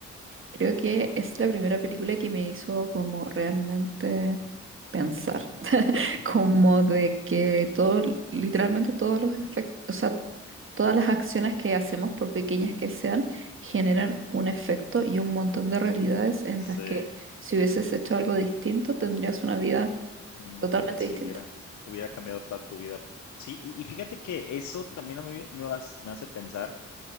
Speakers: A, on the right; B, on the left.
A: Creo que es la primera película que me hizo como realmente pensar, <laughs>
B: Ujú.
A: como de que todo, literalmente todos los efectos, o sea, todas las acciones que hacemos, por pequeñas que sean, generan un efecto y un montón de realidades en
B: Sí,
A: las que si hubieses hecho algo distinto, tendrías una vida
B: un,
A: totalmente
B: si
A: distinta
B: hubiera, hubiera cambiado toda tu vida. Sí, y, y fíjate que eso también a mí me, has- me hace pensar